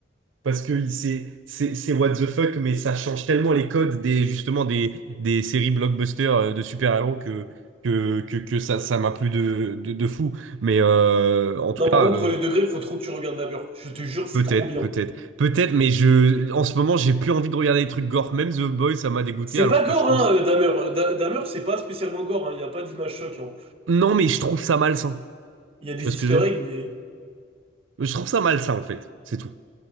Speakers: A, on the right; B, on the right.
A: Parce que il- c'est c'est c'est what the fuck, mais ça change tellement les codes des justement des, des séries blockbusters euh, de super-héros que, que, que, que ça ça m'a plu de, de, de fou. Mais euh, en tout
B: Non,
A: cas.
B: par contre,
A: euh,
B: premier degré, faut trop que tu regardes Dahmer. Je te jure, c'est
A: Peut-être,
B: trop bien.
A: peut-être, peut-être, mais je, en ce moment, j'ai plus envie de regarder des trucs gore. Même The Boys, ça m'a dégoûté,
B: C'est
A: alors
B: pas
A: que
B: gore,
A: je pense.
B: hein, euh, Dahmer. Euh, Da- Dahmer, c'est pas spécialement gore, hein. Il y a pas d'image choc. hein.
A: Non, mais je trouve ça malsain.
B: Il y a des
A: Tu vois ce
B: easter
A: que je veux dire?
B: eggs, mais...
A: Je trouve ça malsain, en fait, c'est tout.